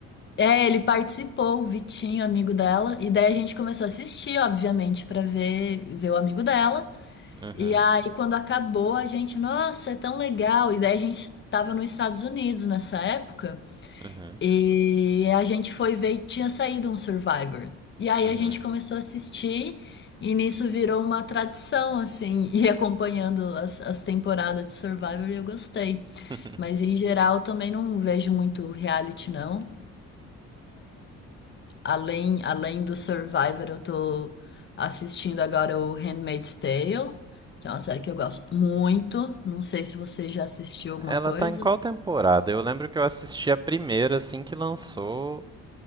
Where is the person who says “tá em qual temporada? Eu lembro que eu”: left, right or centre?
Right